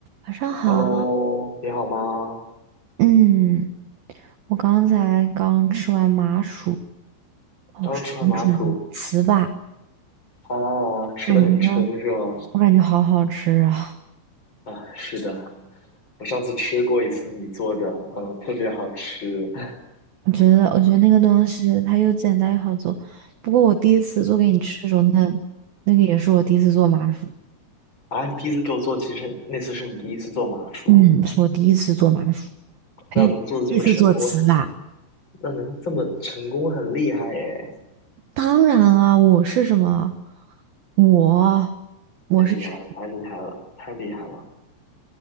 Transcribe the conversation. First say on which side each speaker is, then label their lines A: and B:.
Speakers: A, on the right (about 70°); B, on the left (about 25°).
A: 晚上好，
B: Hello，你好吗？
A: 嗯，我刚才刚吃完麻薯，哦，
B: 刚吃完麻薯。
A: 是红薯牛糍粑，
B: 哦，吃的很撑是吗？
A: 感觉我感觉好好吃啊！
B: 啊，是的，我上次吃过一次你做的，嗯，特别好吃。<laughs>
A: 我觉得，我觉得那个东西它又简单又好做。不过我第一次做给你吃的时候，那那个也是我第一次做麻薯，
B: 啊，你第一次给我做，其实那次是你第一次做麻薯，
A: 嗯，是我第一次做麻薯，呸，
B: 那能做的这么成功，
A: 第一次做糍粑。
B: 那能这么成功，很厉害耶！
A: 当然啊，我是什么？我我是谁？
B: 太厉害了，太厉害了，太厉害了